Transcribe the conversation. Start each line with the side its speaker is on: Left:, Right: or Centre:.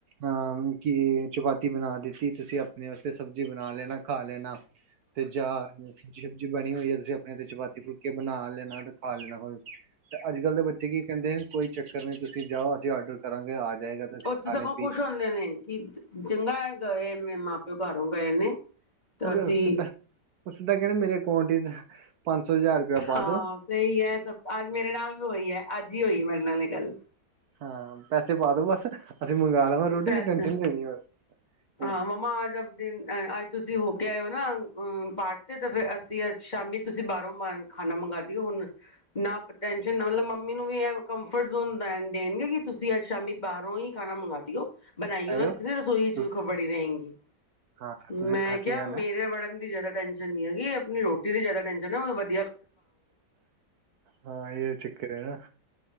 Right: ਅਹ ਕੀ ਚਪਾਤੀ ਬਣਾ ਦਿੱਤੀ ਤੁਸੀਂ ਆਪਣੇ ਵਾਸਤੇ ਸਬਜ਼ੀ। ਸਬਜ਼ੀ ਬਣਾ ਲੈਣਾ ਖਾ ਲੈਣਾ ਤੇ ਜਾਂ ਸਬਜ਼ੀ ਬਣੀ ਹੋਈ ਹੈ ਤੁਸੀਂ ਆਪਣੇ ਤੇ ਚਪਾਤੀ ਫੁੱਲਕੇ ਬਣਾ ਲੈਣਾ ਤੇ ਖਾ ਲੈਣਾ ਤੇ ਅੱਜ ਕੱਲ ਦੇ ਬੱਚੇ ਕੀ ਕਹਿੰਦੇ ਨੇ ਕੋਈ ਚੱਕਰ ਨੀ ਤੁਸੀਂ ਜਾਓ ਅਸੀਂ ਆਰਡਰ ਕਰਾਂਗੇ। ਜਾਏਗਾ ਤੇ ਅਸੀਂ
Left: ਉਹ ਤੋ
Right: ਖਾ
Left: ਸਗੋਂ
Right: ਲੇ ਪੀ
Left: ਖੁਸ਼ ਹੁੰਦੇ ਨੇ ਕਿ ਚੰਗਾ ਹੋਇਆ ਗਏ ਮਾਂ ਪਿਓ ਘਰ। ਕਿਉਂ ਗਏ ਨੇ। ਤਾਂ
Right: ਉਹ
Left: ਅਸੀਂ
Right: ਵੀ ਉਹ ਸਿੱਧਾ ਉਹ ਸਿੱਧਾ ਕਹੈ ਰਹਿਆ ਮੇਰੇ ਅਕਾਊਂਟ ਚ ਪੰਜ ਸੌ ਹਜ਼ਾਰ ਰੁਪਇਆ ਪਾ
Left: ਹਾਂ
Right: ਦੋ।
Left: ਸਹੀ ਹੈ ਸਭ ਅੱਜ ਮੇਰੇ ਨਾਲ ਵੀ ਹੋਈ ਹੈ ਅੱਜ ਹੀ ਹੋਈ ਹੈ ਮੇਰੇ ਨਾਲ ਇੱਕ। ਗੱਲ।
Right: ਹਾਂ ਪੈਸੇ ਪਾਦੋ ਬਸ ਮੰਗਵਾ ਲਵਾਂ ਰੋਟੀ
Left: ਪੈਸੇ
Right: ਦੀ ਟੈਨਸ਼ਨ ਲੈਣੀ ਬਸ
Left: ਹਾਂ ਮੰਮਾ ਆਜ ਆਪਦੇ ਤੁਸੀਂ ਹੋ ਕੇ ਆਇਓ ਨਾ ਅ ਪਾਰਠ ਤੇ ਤੇ ਫਿਰ ਅਸੀਂ ਅ ਸ਼ਾਮੀ ਤੁਸੀਂ ਬਾਹਰੋਂ ਖਾਣਾ ਮੰਗਵਾ ਦਿਓ ਹੁਣ ਨਾ ਟੈਂਨਸ਼ਨ ਨਾ ਮਤਲਬ ਮ ਨੂੰ ਵੀ ਇਹ ਕੰਫਰਟ ਜ਼ੋਨ ਦੇਣਗੇ ਕਿ ਤੁਸੀਂ ਅੱਜ ਸ਼ਾਮੀ ਬਾਹਰੋਂ ਹੀ ਖਾਣਾ ਮੰਗਵਾ ਬਣਾਈਏ
Right: ਆਇਓ
Left: ਉਹ ਕਿ ਰਸੋਈ
Right: ਤੁਸੀਂ
Left: ਚੂਖ ਬੜੀ ਰਹੇਗੀ
Right: ਹਾਂ
Left: ਮੈਂ
Right: ਤੁਸੀਂ ਥੱਕ
Left: ਕਿਹਾਿਆ
Right: ਜਾਣਾ
Left: ਮੇਰੇ ਵੜਨ ਦੀ ਜ਼ਿਆਦਾ ਟੈਂਨਸ਼ਨ ਨੀ ਹੈਗੀ ਆਪਣੀ ਰੋਟੀ ਦੀ ਜ਼ਿਆਦਾ ਟੈਨਸ਼ਨ ਹੈ ਵਧੀ
Right: ਹਾਂ ਇਹ ਚੱਕਰ ਹੈ ਨਾ